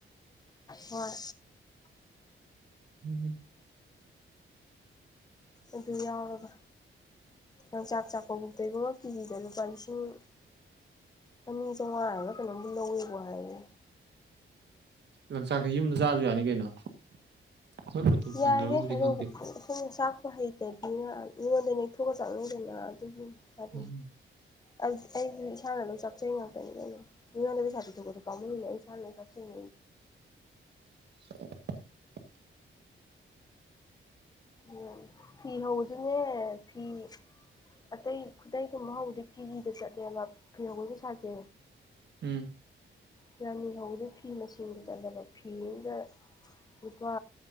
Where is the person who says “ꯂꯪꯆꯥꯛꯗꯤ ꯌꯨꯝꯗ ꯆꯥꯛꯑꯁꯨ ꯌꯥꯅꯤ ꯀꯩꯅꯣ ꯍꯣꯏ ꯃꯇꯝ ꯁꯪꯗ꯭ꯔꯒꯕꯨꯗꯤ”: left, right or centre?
Right